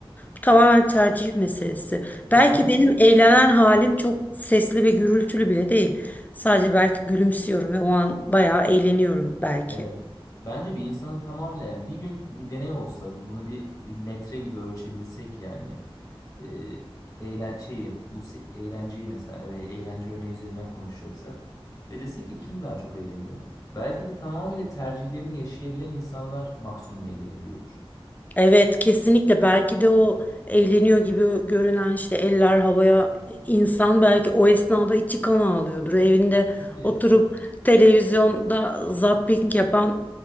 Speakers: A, on the left; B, on the left.
A: bu tamamen tercih meselesi. Belki
B: Ve bence
A: benim eğlenen halim çok sesli ve gürültülü bile değil. Sadece belki gülümsüyorum ve o an bayağı eğleniyorum belki.
B: Evet. Bence bir insanın tamamıyla yani bir gün bir deney olsa bunu bir bir metre gibi ölçebilsek yani e, eğlen şeyi bu se- eğlenceyi mesela ve eğlence örneği üzerinden konuşacaksak ve desek ki kim daha çok eğleniyor? Belki de tamamıyla tercihlerini yaşayabilen insanlar maksimum eğlenebiliyordur.
A: Evet kesinlikle belki de o eğleniyor gibi görünen işte eller havaya insan belki o esnada içi kan ağlıyordur. Evinde
B: Tabii.
A: oturup televizyonda zapping yapan